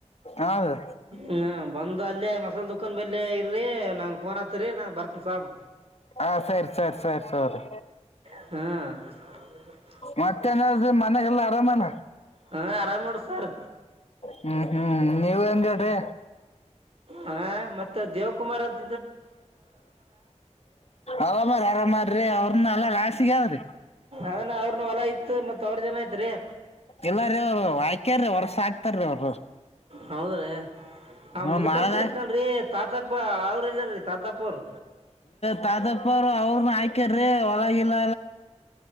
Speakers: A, on the left; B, on the right.
A: ಹೌದು
B: ಹ್ಮ ಬಂದ್ ಅಲ್ಲೇ ಮಸಾಲ ದುಕಾನ್ ಬೆಲ್ಲ ಇರಿ ನಂಗ ಫೋನ್ ಹತ್ತರಿ ನಾ ಬರ್ತನ ಸಾಮ್
A: ಹಾ ಸರಿ ಸರಿ ಸರಿ ಸೌರಿ
B: ಹ್ಮಞ
A: ಮತ್ತೇನಾದ್ರೂ ಮನೆಗೆಲ್ಲ ಆರಾಮಲ್ಲ
B: ಹಾಂ ಆರಾಮ್ ನೋಡ್ರಿ ಸರ್
A: ಹ್ಮ್ ಹ್ಮ್ ನೀವ ಎನ್ ಹೇಳ್ರಿ
B: ಹ ಮತ್ತ ದೇವಕುಮಾರ್ ಅಂತ
A: ಅವಾಮ್ ಆರಾಮರೀ ಅವ್ರನ್ನ ಎಲ್ಲ ಲಾಸಿಗೆ ಅವಾವ್ರರಿ
B: ಅದನ್ನ ಅವ್ರನ್ನ ಹೊಲ ಇತ್ತು ಮತ್ತು ಅವ್ರ ಜನ ಐತ್ರಿ
A: ಎಲ್ಲ ೀ ಅವ್ರು ಆಾಕ್ಯ್ರೀ ವರ್ಷ ಆಕ್ತಾರೀ ಅವ್ರು
B: ಹೌದೇ ಆ
A: ಹ್ಮ್
B: ಮುದುಕಪ್ಪ
A: ಮಾಡದ
B: ಇದ್ನಲ್ರಿ ತಾತಪ್ಪ ಅವ್ರ ಇದರಿ ತಾತಪ್ಪ ಅವರು
A: ತಾತಪ್ಪರು ಅವ್ರನು ಹಾಕಾರ್ರಿ ಒಳಗಿಲ್ಲ